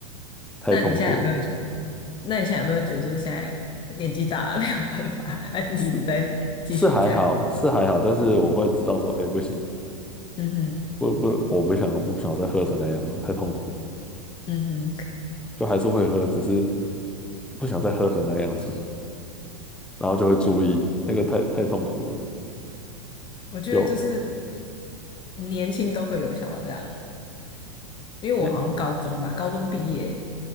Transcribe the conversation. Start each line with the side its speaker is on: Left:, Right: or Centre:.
Centre: 太痛苦了。
Left: 那你现在有没有觉？那你现在有没有觉得就是现在年纪大了 <laughs> 没有办法，还是你一直在继续这样？
Centre: 是是还好，是还好，但是我会知道说，哎、不行，
Left: 嗯哼，
Centre: 不不，我不想，我不想再喝成那样了，太痛苦了。
Left: 嗯哼，
Centre: 就还是会喝，只是不想再喝成那样子，然后就会注意，
Left: 哦，
Centre: 那个太太痛苦了。
Left: 我觉得就是
Centre: 有
Left: 年轻都会有想要这样因为我好像高中吧，
Centre: 那
Left: 高中毕业